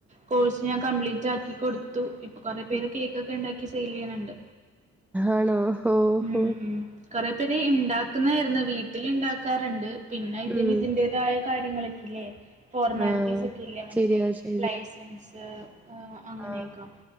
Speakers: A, on the right; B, in the centre.
A: കോഴ്സ് ഞാൻ കംപ്ലീറ്റ് ആക്കി. കൊട്ത്തു ഇപ്പോ കൊറെ പേര്
B: ഉം
A: കേക്കൊക്കെണ്ടാക്കി സെയില് ചെയ്യ്ണ് ണ്ട്.
B: ആണോ ഓഹോ
A: ഉം. കൊറെ പേര് ഇണ്ടാക്കുന്നായിരുന്നു വീട്ടില് ഇണ്ടാക്കാറ്ണ്ട് പിന്നെ ഇതിന്
B: ഉം
A: ഇതിൻ്റെ തായ കാര്യങ്ങളൊക്കെ ഇല്ലേ ഫോർമാലിറ്റീസ്
B: ആഹ്
A: ഒക്കെ ഇല്ലേ മറ്റേ
B: ശരിയാ ശരിയാ
A: ലൈസൻസ്. അ് അഹ് അങ്ങനെയൊക്കെ
B: ആഹ്